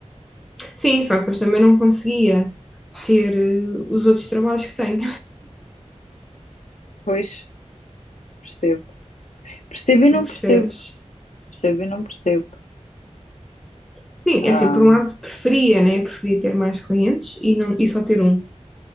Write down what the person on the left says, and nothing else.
Pois, percebo. Percebo e não
percebo. Percebo e não percebo.
Ah,